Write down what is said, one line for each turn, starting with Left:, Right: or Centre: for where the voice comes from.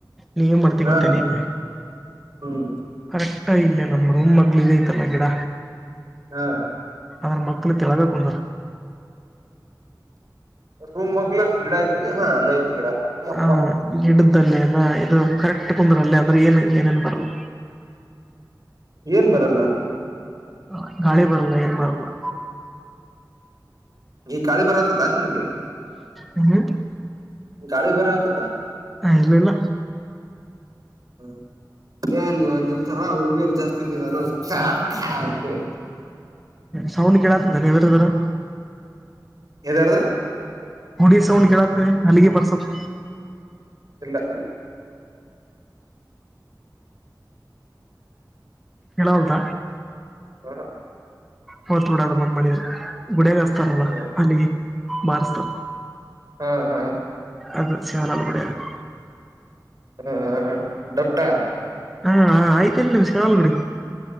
Centre: ನೀವ ಮಾಡ್ತ ಮಾಡ್ತೀ
Right: ಹ
Centre: ಗೊತ್ತೇನಿಗ.
Right: ಹ್ಮ್
Centre: ಕರೆಕ್ಟ ಇಲ್ಲೇ ನಮ್ಮ್ ರೂಮ್ ಮಗ್ಳ ಇ. ಅಲ್ಲಿ ಗಿಡ
Right: ಹ
Centre: ಅದ್ರ ಮಕ್ಳ ತೆಳ್ಬೇಕ ಕುಂದ್ರ.
Right: ರೂಮ್ ಮಗ್ಲ ಗಿಡ ಐತಿ ಹಾ ಅಲ್ಲೇ ಐತಿ ಗಿಡ. ಅಪ್ಪ
Centre: ಹಾ ಗಿಡ. ಇದಲ್ಲೇಲ್ಲ ಇದು ಕರೆಕ್ಟ್ ಕುಂದ್ರಲ್ಲ ಅಂದ್ರೆ ಏನ್ ಏನೇನ್ ಬರಲ್ಲ.
Right: ಏನ್ ಬರಲ್ಲಾ.
Centre: ಹ ಗಾಳಿ ಬರಲ್ಲ ಏನ್ ಬರಲ್ಲಾ.
Right: ಈಗ ಗಾಳಿ ಬರಕತ್ತತದ ನಿನಗ.
Centre: ಹ್ಮ್ಮ.
Right: ಗಾಳಿ ಬರತತಾ.
Centre: ಆ ಇಲ್ಲಲ್ಲಾ.
Right: ಹ ಏನು ನಿನ್ ತರ ಹುಡಿಗೆರ ಜಾಸ್ತಿ. ದಿದೀರೇನು ಸಾಕಾಗಿ.
Centre: ಸೌಂಡ್ ಕೆಳತೇತಿ ಏನ್ ಎದರ್ದರೆ.
Right: ಎದರದು.
Centre: ಗುಡಿ ಸೌಂಡ್ ಕೆಳತೇತಿ ಏನ್ ಹಳಿಗಿ ಬಾರಸದು.
Right: ಇಲ್ಲಾ.
Centre: ಎಲ್ಲಾ ಹೋತ.
Right: ಹಾ ಹ.
Centre: ಹೋತ ಬಿಡದ ಬಂದ ಮಾಡಿದರು ಗುಡಿಯಗ ಅಸ್ತರಳ
Right: ಹ
Centre: ಹಲಿಗಿ ಬಾರಸ್ತಾರ.
Right: ಹಾ ಹಾ.
Centre: ಅದು ಸಾಲಲ್ಲ ಗುಡ್ಯಾಗ್.
Right: ಹ ಡಪಟ್ಟ.
Centre: ಹಾ ಹ ಆಯ್ತಲ್ ನಿಮ ಶಲ್ ಬಿಡಿ.